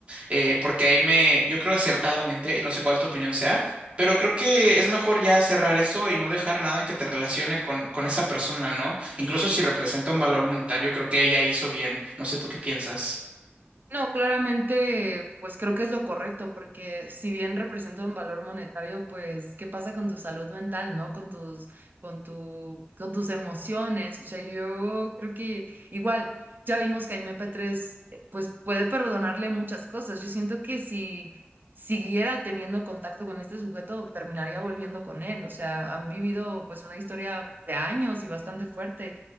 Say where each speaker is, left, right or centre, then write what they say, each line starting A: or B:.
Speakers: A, on the right; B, on the right.
A: eh, porque ahí me, yo creo acertadamente, y no sé cuál tu opinión sea, pero creo que es mejor ya cerrar eso y no dejar nada que te relacione con, con esa persona, ¿no? Incluso si representa un valor monetario, creo que ella hizo bien. No sé tú qué piensas,
B: No, claramente, pues creo que es lo correcto, porque si bien representa un valor monetario, pues, ¿qué pasa con tu salud mental, no? Con tus, con tu, con tus emociones. O sea, yo creo que igual, ya vimos que a mp tres, eh, pues, puede perdonarle muchas cosas. Yo siento que si siguiera teniendo contacto con este sujeto, terminaría volviendo con él. O sea, han vivido, pues, una historia de años y bastante fuerte.